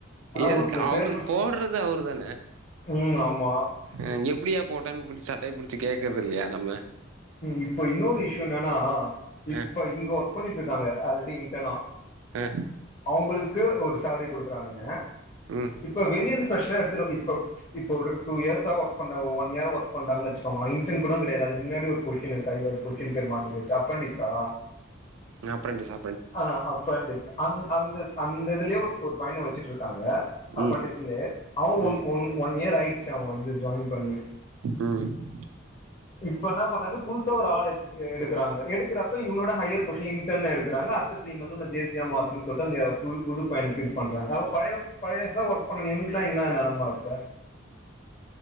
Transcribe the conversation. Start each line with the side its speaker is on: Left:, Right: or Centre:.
Left: ஆனா
Right: எதுக்கு
Left: ஒரு சில
Right: அவருது
Left: பேர்லா
Right: போட்றது அவரு தான
Left: ம் ஆமா
Right: ம் எப்புடியா போட்டேன் புடிச்சு சட்டய புடிச்சு கேக்கற்தில்லையா நம்ம
Left: இப்ப இன்னொரு இசு என்னனா இப்ப
Right: ஆ
Left: இங்க ஒர்க் பண்ணிட்ருக்காங்க ஆல்ரெடி இன்டர்னா
Right: ஆ
Left: அவுங்களுக்கு ஒரு சேலரி குடுக்குறானுங்க
Right: ம்
Left: இப்ப வெளியந்து ஃபிரஷரா எத்துரு இப்ப இப்ப ஒரு டு இயர்சா ஒர்க் பண்ண ஒரு ஒன் இயர் ஒர்க் பண்றாங்கன் வச்சுங்களே இன்டர்ன் கூட கெடையாது அதுக் முன்னாடி ஒரு கொஸ்டின் இருக்கு அய்யோ அந்த கொஸ்டின் பேரு மறந்து போச்சு அப்ரண்டீஸ்சா
Right: ன்ன அப்ரண்டீஸ்சா
Left: ஆ அப்ரண்டீஸ் அந் அந்த அந்த இதுலயு ஒரு ஒரு பையன வச்சுட்ருக்காங்க அப்ரண்டீஸ்லேயே
Right: ம்
Left: அவன்
Right: ம்
Left: ஒன் ஒன் இயர் ஆயிடுச்சு அவன் வந்து ஜாயின் பண்ணி
Right: ம்
Left: இப்ப என்ன பண்றாங்க புதுசா ஒரு ஆள் எ எடுக்கறாங்க எடுக்குறப் இப்ப இவனோட ஹையர் பொசிஷன் இன்டர்ன் எடுக்குறங்க அடுத்த த்ரீ மந்து உன்ன ஜேசியா மாத்தன்னு சொல்ட்டு அந்த புது புது பையனுக்கு இது பண்றாங்க அப்ப பழைய பழையசா ஒர்க் பண்ண நியூனிட்லா இன்ன நெலமா இர்க்கு